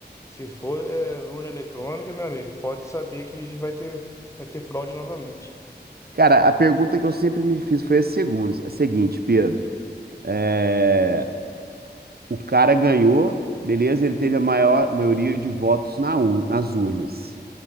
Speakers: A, on the left (about 15°); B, on the right (about 60°).
A: se for é, urna eletrônica, meu amigo, pode saber que vai ter, vai ter fraude novamente.
B: Cara, a pergunta que eu sempre me fiz foi a segunda, a seguinte, Pedro. É, O cara ganhou, beleza, ele teve a maior maioria de votos na ur- nas urnas,